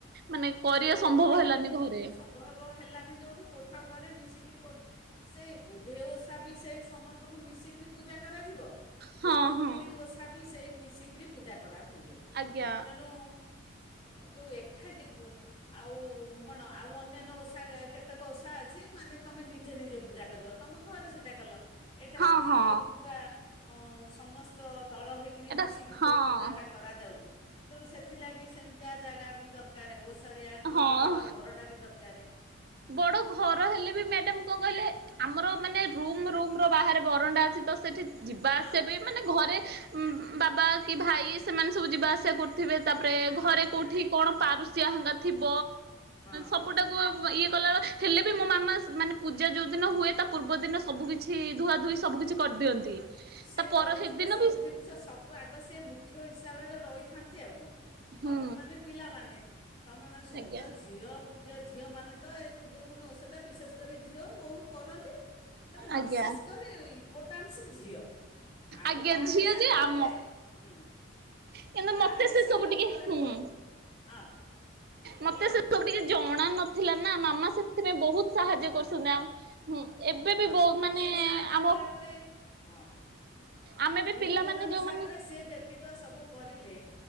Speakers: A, on the right; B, on the left.
A: ମାନେ କରିବା
B: ସେ କୋଠ
A: ସମ୍ଭବ ହେଲାନି ଘରେ
B: ସମ୍ଭବ ହେଲାନି ଯୋଉଠୁ କୋଠ ଘରେ ମିଶିକରି କର ସେଇ ବୁଦ୍ଧେଇ ଓଷା ବି ସେଇ ସମସ୍ତଙ୍କୁ ମିଶିକିରି ପୂଜା କରାଯିବ
A: ହଁ
B: ଖୁଦୁରୁକୁଣୀ
A: ହଁ
B: ଓଷା ବି ସେଇ ମିଶିକିରି ପୂଜା କର ହୁଏ
A: ଆଜ୍ଞା
B: ତେଣୁ ଯୋଉ ଏକାଠି ଆଉ କଣ ଆଉ ଅନ୍ୟାନ୍ୟ ଓଷା କେତେକ ଓଷା ଅଛି ମାନେ ତମେ ନିଜେ ନିଜେ ପୂଜା କରିବ ତମ ଘରେ ସେଟା କଲ ଏଇଟା
A: ହଁ
B: ହୋଉଚି
A: ହଁ
B: ପୁରା ଅ ସମସ୍ତ ଦଳ ହେଇକରି
A: ଏଟା
B: ମିଶିକିରି
A: ହଁ
B: ଯେଉଁ ପୂଜାଟା କରାଯାଉଚି ତେଣୁ ସେଥିଲାଗି ସେମତି ଓସାରିଆ ଜାଗା ବି ଦରକାର ଓ ଓସାରିଆ ଘର
A: ହଁ
B: ବଡ଼ ଘରଟା ବି ଦର କରେ
A: ବଡ ଘର ହେଲେ ବି ମ୍ୟାଡାମ କଣ କହିଲେ ଆମର
B: ହଁ
A: ମାନେ ରୁମ ରୁ ରୁମର ବାହାରେ ବରଣ୍ଡା ଅଛି ତ ସେଠି ଯିବା
B: ହଁ
A: ଆସିବା ବି ମାନେ ଘରେ ବାବା କି ଭାଇ ସେମାନେ ସବୁ ଯିବା ଆସିବା କ ରୁଥିବେ ତାପରେ
B: ହଁ
A: ଘରେ
B: ହଁ
A: କୋଉଠି କଣ ପାରୁସିୟା ହଙ୍ଗା ଥିବ।
B: ହଁ
A: ସବୁଟାକୁ ଇଏ ହେଲେ ବି ମୋ ମାମା ମାନେ ପୂଜା ଯୋଉ ଦିନ ହୁଏ ତା ପୂର୍ବ ଦିନ ସବୁ କିଛି ଧୁଆ ଧୁୋଇ ସବୁ କିିଛି କରିଦିଅନ୍ତି।
B: ସେ
A: ତା ପର
B: କରୁଥିବେ
A: ସେଦିନ
B: ସବୁ
A: ବି
B: ଜିନିଷ ସବୁ ଆଗ ସିଏ ମୁଖ୍ୟ ହିସାବରେ ହିସାବରେ ରହିଥାନ୍ତି ଆଉ କଣ
A: ହୁଁ
B: ତମେମାନେ ପିଲାମାନେ ତମେମାନେ ସବୁତ
A: ଆଜ୍ଞା
B: ଝିଅ ପୂଜା ଝିଅମାନେ ତ ଏ ଖୁଦୁରୁକୁଣ ଓଷଟା ବିଶେଷ କରି ଝିଅ ବୋହୁ କରନ୍ତି। ତେଣୁ
A: ଆଜ୍ଞା
B: ବିଶେଷ କରି ଇମ୍ପୋଟାଂଶ ଝିଅ ଆଉ
A: ଆଜ୍ଞା
B: ବାହା
A: ଝିଅ
B: ହେଇସାରିଲା
A: ଯେ
B: ପରେ
A: ଆମ
B: ହୁଁ
A: କିନ୍ତୁ
B: ବାହା
A: ମତେ
B: ହେଇସାରିଲା
A: ସେ ସବୁ ଟିକେ
B: ପରେ
A: ହୁଁ
B: ଗୋ ହଁ
A: ମତେ
B: କୁହନ୍ତୁ
A: ସେ ସବୁ ଟିକେ ଜ ଜଣା ନଥିଲା ନା ମାମା ସେ ସେଥିପାଇଁ ବହୁତ ସାହାଯ୍ୟ
B: ଜଣା
A: କରୁଚନ୍ତ
B: ନଥିଲା
A: ଆଁ ଏବେ
B: ହଁ
A: ବି ବୋହୁ ମାନେ
B: ସେ ସାହାଯ୍ୟ
A: ଆମ
B: କଲା ପରେ ହଁ
A: ଆମେ ବି
B: ଗୁରୁଜନ
A: ପିଲାମାନେ
B: ହିସାବରେ
A: ଯୋଉମାନେ
B: ସିଏ ଯେତିକ ସବୁ କରିଲେ